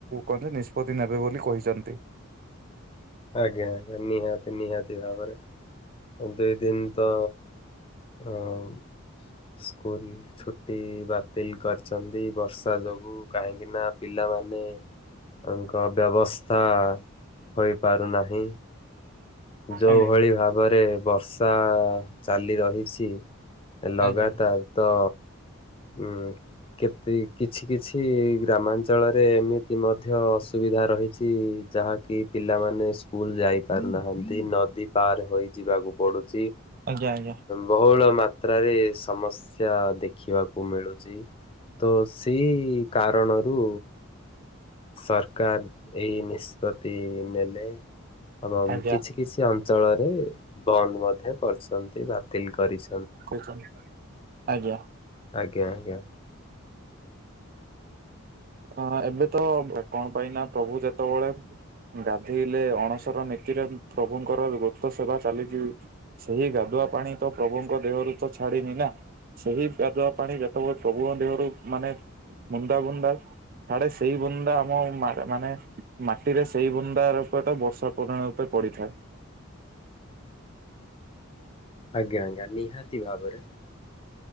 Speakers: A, on the right (about 40°); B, on the left (about 25°).
A: କଣ ଟେ ନିଷ୍ପତି ନେବେ ବୋଲି କହିଛନ୍ତି।
B: ଆଜ୍ଞା ଆଜ୍ଞା ନିହାତି ନିହାତି ଭାବରେ ଦୁଇ ଦିନ ତ। ଆମ ସ୍କୁଲ ଛୁଟି ବାତିଲ କରିଛନ୍ତି ବର୍ଷା ଯୋଗୁ କାହିଁକି ନା। ପିଲାମାନେ ତାଙ୍କ ବ୍ୟବସ୍ଥା ହୋଇପାରୁନାହିଁ। ଯୋଉ
A: ଆଜ୍ଞା।
B: ଭଳି ଭାବରେ ବର୍ଷା ଚାଲି ରହିଛି। ଲଗାତାର
A: ଆଜ୍ଞା
B: ତ ଉଁ। କେତି କିଛି କିଛି ଗ୍ରାମାଞ୍ଚଳରେ ଏମିତି ମଧ୍ୟ ଅସୁବିଧା ରହିଛି। ଯାହାକି ପିଲାମାନେ ସ୍କୁଲ ଯାଇ ପାରୁନାହା ନ୍ତି ନଦୀ ପାର ହୋଇ ଯିବାକୁ ପଡୁଛି
A: ଆଜ୍ଞା ଆଜ୍ଞା
B: ବହୁଳ ମା ପ୍ରାଏ ସମସ୍ୟା ଦେଖିବାକୁ ମିଳୁଛି ତ ସେଇ। କାରଣରୁ। ସରକାର ଏଇ ନିଷ୍ପତ୍ତି ନେଲେ ଏବଂ
A: ଆଜ୍ଞା
B: କିଛି କିଛି ଅନ ଅଞ୍ଚଳରେ ବନ୍ଦ ମଧ୍ୟ କରିଛନ୍ତି ବାତିଲ କରି
A: କହୁଛନ୍ତି ଆଜ୍ଞା।
B: ଆଜ୍ଞା ଆଜ୍ଞା।
A: ଆଁ ଏବେ ତ କଣ ପାଇଁ ନା ପ୍ରଭୁ ଯେତେବେଳେ ଗାଧୋଇଲେ ଅଣସର ନି ତି ର ପ୍ରଭୁଙ୍କର ଗୋପ୍ତ ସେବା ଚାଲିଛି ସେହି ଗାଧୁଆ ପାଣି ତ ପ୍ରଭୁଙ୍କ ଦେହରୁ ତ। ଛାଡିିନି ନା ସେହି ଗାଧୁଆ ପାଣି ଯେତେବେଳେ ପ୍ରଭୁଙ୍କ ଦେହରୁ ମାନେ ବୁନ୍ଦା ବୁନ୍ଦା। ଛାଡେ ସେଇ ବୁନ୍ଦା ଆମ ମା ମାନେ ମାଟିରେ ସେଇ ବୁନ୍ଦାର ତ ଟା ବର୍ଷା ପରି ରୂପେ ପଡ଼ିଥାଏ।
B: ଆଜ୍ଞା ଆଜ୍ଞା ନିହାତି ଭାବରେ।